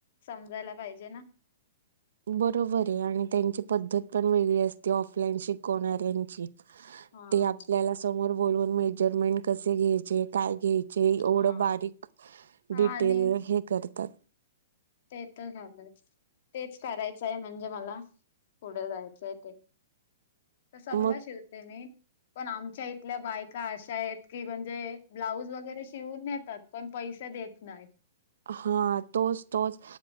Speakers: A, on the left; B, on the right.
A: समजायला पाहिजे ना.
B: बरोबर आहे. आणि त्यांची पद्धत पण वेगळी असते. ऑफलाईन शिकवणाऱ्यांची.
A: हा
B: ते आपल्याला समोर बोलून मेजरमेंट कसे घ्यायचे काय घ्यायचे? एवढं
A: हा.
B: बारीक
A: हा
B: डिटेल
A: आणि
B: हे करतात.
A: ते तर झालं तेच करायचंय म्हणजे, मला पुढं जायचंय ते तर सगळं
B: मग
A: शिवते. मी पण आमच्या इथं आपल्या बायका अशा आहेत, की म्हणजे ब्लाऊज वगैरे शिवून नेतात. पण पैसे देत नाहीत.
B: हा तोच तोच